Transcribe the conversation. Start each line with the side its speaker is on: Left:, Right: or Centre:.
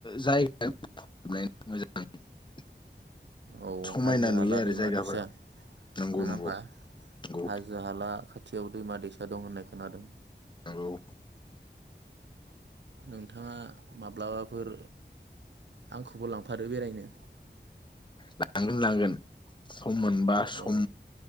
Left: जाय <unintelligible>
Right: औ
Left: समायना
Right: हाजो
Left: नुयो
Right: हाला
Left: आरो
Right: दैमा
Left: जायगाफोरा
Right: दैसा नङा
Left: नंगौ नंगौ
Right: होमबा
Left: नंगौ
Right: हाजो हाला खाथि? खाथियाव दैमा दैसा दं होननाय खोनादों।
Left: हेलौ
Right: नोंथाङा माब्लाबाफोर आंखौबो लांफादो बेरायनो
Left: लांगोन लांगोन सम मोनबा सम
Right: औ